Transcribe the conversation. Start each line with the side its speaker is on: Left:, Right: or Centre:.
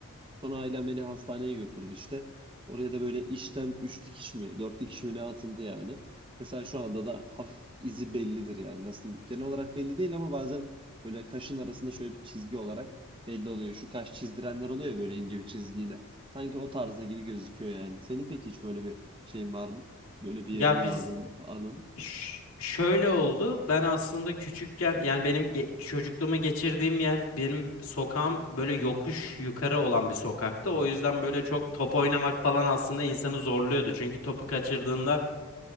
Right: Sonra ailem beni hastaneye götürdü işte. Oraya da böyle işten üç dikiş mi, dört dikiş mi ne atıldı yani. Mesela şu anda da hafif izi bellidir yani. Nasıl diyeyim? Genel olarak belli değil ama bazen böyle kaşın arasında şöyle bir çizgi olarak belli oluyor. Şu kaş çizdirenler oluyor ya böyle ince bir çizgiyle. Sanki o tarzda gibi gözüküyor yani. Senin peki hiç böyle bir şeyin var mı? Böyle bir yerini
Left: Ya
Right: yardığın
Left: biz
Right: anın.
Left: Ş- şöyle oldu. Ben aslında küçükken yani benim ge- çocukluğumu geçirdiğim yer benim sokağım böyle yokuş yukarı olan bir sokaktı. O yüzden böyle çok top oynamak falan aslında insanı zorluyordu. Çünkü topu kaçırdığında